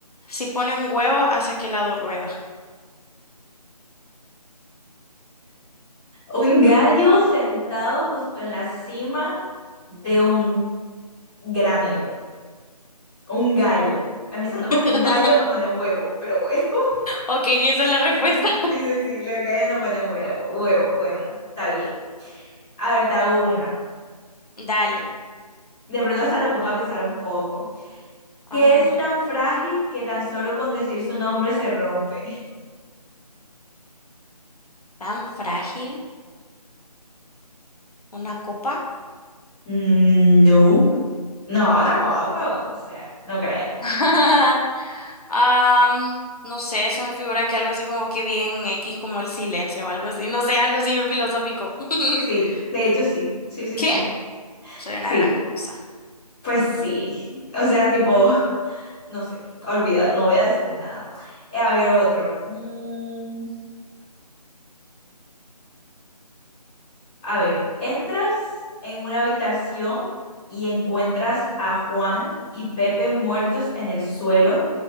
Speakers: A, on the left (about 65°); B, in the centre.
A: Si pone un huevo, ¿hacia qué lado rueda?
B: Un gallo sentado justo en la cima de un granero. Un gallo. Empezando porque
A: <laughs>
B: un gallo no pone huevo, pero bueno. <laughs>
A: Ok, esa es la respuesta.
B: Sí, sí, sí, los gallos no ponen huevo, huevo. Bueno, está bien. A ver, te hago una.
A: <laughs> Dale.
B: De pronto hasta te pongo a pensar un poco.
A: Ay,
B: ¿Qué es
A: no.
B: tan frágil que tan solo con decir su nombre se rompe?
A: ¿Tan frágil? ¿Una copa?
B: Mm, No, no, tampoco. O sea, no creo.
A: <laughs> Am, no sé, se me figura que algo así como que bien X, como el silencio o algo así. No sé, algo así bien filosófico. <laughs>
B: Sí, de hecho sí, sí, sí,
A: ¿Qué?
B: sí,
A: Soy una
B: sí,
A: gran cosa.
B: pues sí, o sea, tipo, no sé, olvídalo, no voy a decir nada. Eh, A ver, otro. Mm, a ver, entras en una habitación y encuentras a Juan y Pepe muertos en el suelo